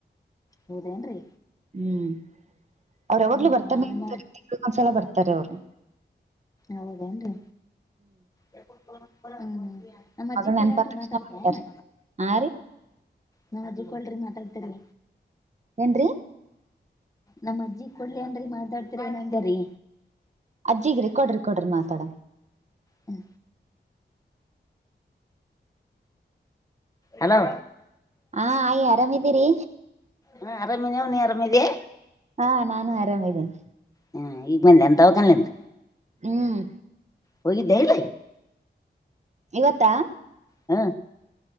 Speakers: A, on the left; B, on the right.
A: ಹೌದೇನ್ರಿ
B: ಹ್ಮ್ ಅವ್ರಾವಾಗ್ಲುೂ
A: ಹಾ
B: ಬರ್ತಾನೆ
A: ಹಾ ನಮ್ಮ
B: ಇರ್ತಾರೆೊಂದ್ಸಲ ಬರ್ತಾರೆ ತರವ
A: ಹೌದೇನ್ರಿ ಹ್ಮ ನಮ್ಮ ಅಜ್ಜಿ
B: ಮಗಳ್
A: ಕೂಳ
B: ನೆನ್ಪಾದ
A: ಅನ್
B: ತಕ್ಷಣ
A: ಮಾತಾಡ್ತನ
B: ಬರ್ತಾರೆ ಹಾ ರೀ
A: ನಾ ಅಜಕ್ಕ ಒಳರಿಿ ಮಾತಾಡ್ತರಿ
B: ಏನ್ರಿ
A: ನಮ್ಮ ಅಜ್ಜಿ ಕೊೊಳ್ಳಿ ಅನ್್ರಿ ಮಾತಾಡ್ತರ ಏನಂದರಿೀ
B: ಅಜ್ಜಿಗ್ ರೆಕಾರ್ಡ್ ರೆಕಾರ್ಡ್ರ ಮಾತಾಡ
A: ಹ್ಮ ಹಲೋ
B: ಹಾ ಆಯ್ ಆರಾಮಿದೀರಿ
A: ಹಾ ಆರಾಮಿನಿ ಅವ್ ನೀಿ ಅರಾಮದಿಯ
B: ಹಾ ನಾನು ಆರಾಮಿದ್ದೇನೆ
A: ಹಾ ಈ ಮೇಲೆ ಎಂತ ಅವಕಲ್ಲಂತ
B: ಹ್ಮ್
A: ಹೋಗಿ ದೇಲ
B: ಇವತ್ತಾ
A: ಹ್ಮ